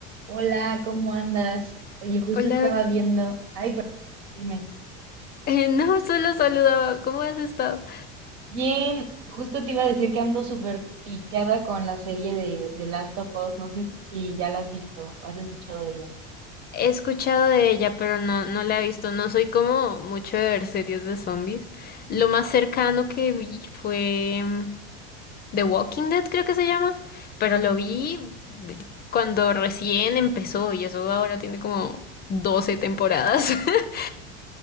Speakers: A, on the right; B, on the left.
A: Hola, ¿cómo andas? Oye, justo
B: Hola,
A: estaba viendo. Ay, pero dime.
B: <laughs> eh, no, solo saludaba. ¿Cómo has estado?
A: Bien, justo te iba a decir que ando súper picada con la serie de, de Last of Us. No sé t- si ya la has visto o has escuchado de ella.
B: He escuchado de ella, pero no, no la he visto. No soy como mucho de ver series de zombies. Lo más cercano que vi fue mm, The Walking Dead, creo que se llama, pero lo vi mm, cuando recién empezó y eso ahora tiene como 12 temporadas. <laughs>